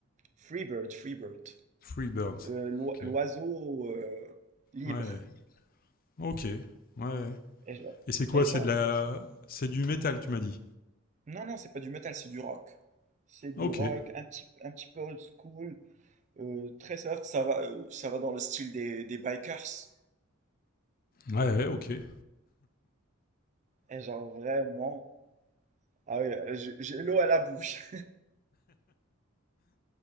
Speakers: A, on the right; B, on the left.
A: Freebird, Freebird.
B: Freebirds.
A: Le- l'oi-
B: Ok.
A: L'oiseau euh, libre.
B: Ouais. Ok. Ouais.
A: Et, je-
B: Et c'est quoi
A: et
B: C'est
A: genre,
B: de la, c'est du métal, tu m'as dit.
A: non, non, c'est pas du metal, c'est du rock. C'est du
B: Ok.
A: rock,
B: Ouais,
A: un petit, un petit peu old school, euh, très soft, ça va, euh, ça va dans le style des, des bikers.
B: ouais, ok. Ouais,
A: Et genre, vraiment, ah ouais, j'ai j'ai l'eau à la bouche.